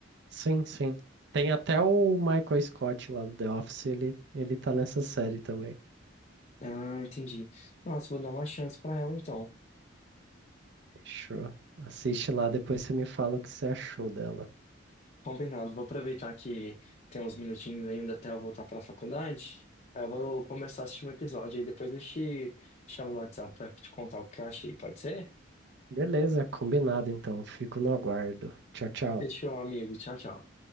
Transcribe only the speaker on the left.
Ah, entendi. Nossa, vou dar uma chance pra ela, então.
Combinado, vou aproveitar que tem uns minutinhos ainda até eu voltar pra faculdade. Aí eu vou começar a assistir um episódio, aí depois eu te chamo no WhatsApp pra te contar o que eu achei, pode ser?
Fechou, amigo. Tchau, tchau.